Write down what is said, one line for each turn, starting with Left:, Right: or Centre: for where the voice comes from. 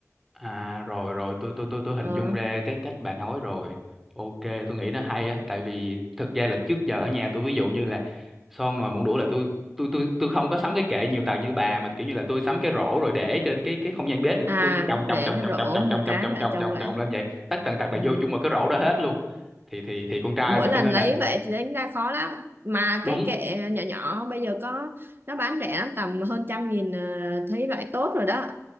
Centre: À rồi rồi tôi tôi tôi tôi hình
Right: ờ.
Centre: dung ra cái cách bà nói rồi. Ok, tôi nghĩ nó hay á tại vì thực ra là trước giờ ở nhà tôi ví dụ như là son nồi muỗng đũa là tôi tôi tôi tôi không có sắm cái kệ nhiều tầng như bà mà kiểu như là tôi sắm cái rổ rồi để trên cái cái không gian bếp thì
Right: à
Centre: tôi cứ chồng
Right: để
Centre: chồng chồng
Right: cái
Centre: chồng
Right: rổ
Centre: chồng chồng chồng
Right: một
Centre: chồng
Right: cái
Centre: chồng
Right: vợ
Centre: chồng
Right: chồng
Centre: chồng
Right: vậy
Centre: chồng lên vậy, tất tần tật
Right: ừ.
Centre: là vô chung một cái rổ đó hết luôn. Thì thì thì con trai
Right: mỗi
Centre: mà
Right: lần
Centre: cho nên
Right: lấy
Centre: là
Right: vậy thì đánh ra khó lắm mà
Centre: đúng
Right: cái kệ nhỏ nhỏ bây giờ có nó bán rẻ lắm tầm hơn trăm nghìn à, thấy loại tốt rồi đó